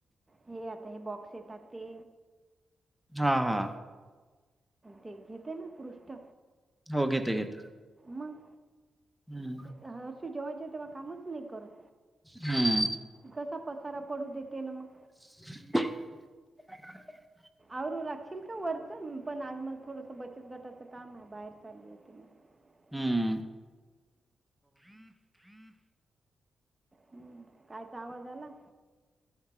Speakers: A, on the right (about 15°); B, in the centre.
A: हे आता हे बॉक्स येतात ते
B: हा हा.
A: ते घेते ना पृष्ठ.
B: हो घेत घेत.
A: मग.
B: <unintelligible>
A: हर्षी जेव्हाच्या तेव्हा कामच नाही करत.
B: हम्म.
A: कसा पसारा पडू देते ना मग.
B: <unintelligible>
A: आवरू लागशील का वरचं पण आज मला थोडस बचत गटाचं काम आहे बाहेर चालली आहे त <unintelligible>
B: हम्म.
A: हम्म कायचा आवाज आला.